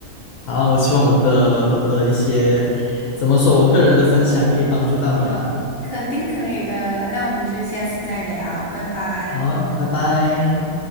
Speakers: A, on the left; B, on the left.
A: 好，我希望我的我的一些怎么说，我个人的分享可以帮助到你啦。
B: 肯定可以的。那我们就下次再聊，拜拜。
A: 好，拜拜。